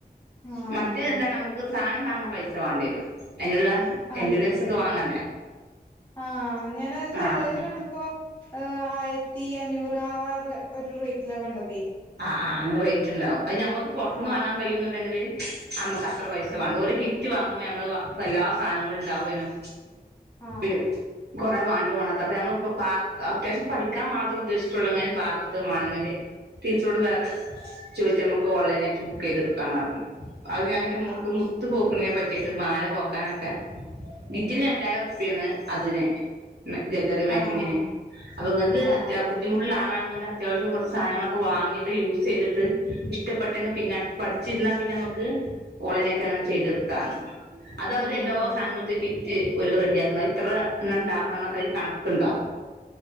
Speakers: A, on the left; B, on the right.
A: ആഹ്
B: മറ്റേ എന്താ നമുക്ക് സാനം വാങ്ങാൻ പൈസ വാണ്ടി വരും അയിന്ള്ള
A: ആയി
B: എൻഗ്രീഡിയൻസ് സൊക്കെ വാങ്ങണ്ടേ
A: ആഹ് ഞാനത്
B: ആഹ്
A: ചെലവില് കണ്ടപ്പോ ഏ ആയിര്ത്തി അഞ്ഞൂറാറ് ഒരു റൈറ്റിലാ കണ്ടതേ
B: ആ ആ അങ്ങനെ റൈറ്റ്ണ്ടാവും അഹ് ഞമ്മക്ക് പൊർത്ത്ന്ന്
A: ആഹ്
B: വാങ്ങാൻ കയ്യുന്നുണ്ടെങ്കില് അമ്മക്ക് അത്ര പൈസ
A: ഓഹ്
B: വാണ്ട ഒരു കിറ്റ് വാങ്ങുമ്പോ നമ്മളത് പ്പെല്ലാസാനങ്ങളും ഉണ്ടാവേനും
A: ആഹ്
B: പി കൊറെ വാണ്ട വണാത്ത അപ്പൊ നമ്മള് പാ അത്യാവശ്യം പഠിക്കാം മാത്ര ഉദ്ദേിച്ചിട്ടുള്ളൂ ങ്ങനെ പാ മാണെങ്കില് ടീച്ചറോട് വേറെ ചോയിക്ക മ്മക്ക് ഓൺലൈനായിട്ട് ബുക്കയ്ത് ഇട്ക്കാന്ന് പർഞ് അഹ് ഞാൻ ന്റെ
A: ആഹ്
B: മോക്ക്
A: ആഹ്
B: മുത്ത് കോക്ക്‌ണേ പറ്റ ട്ട് മാല കോക്കാനൊക്കെ ബിറ്റിന് രണ്ടായിരർപ്പ്യാണ് അതിന് ജ്വല്ലറി മെക്കിങ്ങിന്
A: ആഹ്
B: അപ്പൊ ഇങ്ങക്ക്
A: ആഹ്
B: അത്യാ ബുദ്ധിമുട്ട്ള്ള ആളാണ്ന്ന് ണ്ടെ അത്യാവശ്യം കൊർച്ച് സാനങ്ങളൊക്കെ വാങ്ങിട്ട് യൂസ് ചെയ്ത്ട്ട് ഇഷ്ടപ്പെട്ടെങ്കി പിന്നെ അത് പഠിച്ചിരുന്നാ. പിന്നെ ഞമ്മക്ക് <unintelligible> ങ്ങനെ ചെയ്ത്ട്ക്കാന്ന് അത് അവരെല്ലോ
A: ഓഹ്
B: സാനം കൊടുത്ത് കി റ്റ് ഓര് റെഡിയാക്കണം ഇത്ര എണ്ണം ഇണ്ടാക്കണം ന്നൊക്കെ അയ്ല് കണക്ക്‌ണ്ടാവും